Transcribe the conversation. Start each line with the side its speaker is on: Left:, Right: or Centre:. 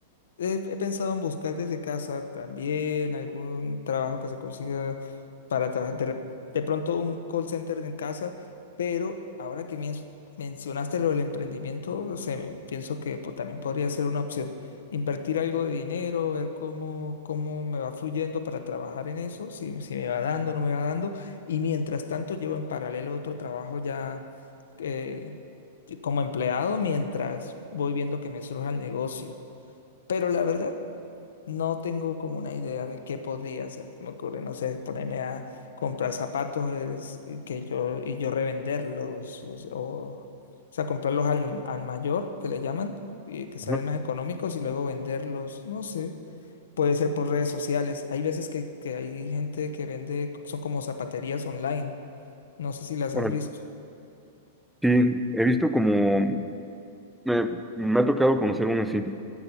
Left: He, he pensado en buscar desde casa también algún trabajo que se consiga para trabajar. De, re- de pronto un call center en casa, pero ahora que mien- mencionaste lo del emprendimiento, o sea, pienso que pues, también podría ser una opción. Invertir algo de dinero, ver cómo, cómo me va fluyendo para trabajar en eso, si, si me va dando, no me va dando. Y mientras tanto, llevo en paralelo otro trabajo ya eh, como empleado mientras voy viendo que me surja el negocio. Pero la verdad, no tengo como una idea de qué podría hacer. Se me ocurre, no sé, ponerme a comprar zapatos es- y que yo, y yo revenderlos. O, s- o- o sea, comprarlos al, al mayor, que le llaman, y que salen
Centre: Ajá,
Left: más económicos y luego venderlos. No sé. Puede ser por redes sociales. Hay veces que, que hay gente que vende, son como zapaterías online. No sé si las
Centre: órale.
Left: has visto.
Centre: Sí, he visto como, me, me ha tocado conocer uno así.